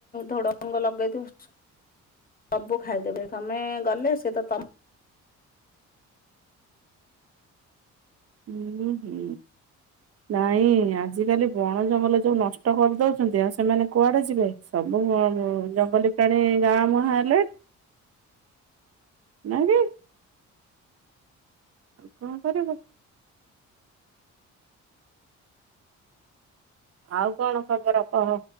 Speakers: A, on the left; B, on the right.
A: ଥୋଡଙ୍ଗ ଲଗେଇ ଦ ସବୁ ଖାଇଦେବେ ତମେ ଗଲେ ସେ ତ ତମ
B: ହୁଁ ହୁଁ ନାଇଁ ଆଜିକାଲି ବଣ, ଜଙ୍ଗଲ ଯୋଉ ନଷ୍ଟ କରିଦଉଛନ୍ତି। ଆଉ ସେମାନେ କୁଆଡେ ଯିବେ? ସବୁ ଉଁ ଜଙ୍ଗଲୀ ପ୍ରାଣୀ ଗାଁ ମୁହାଁ ହେଲେ? ନାକି କଣ କରିବୁ? ଆଉ କଣ ଖବର କହ?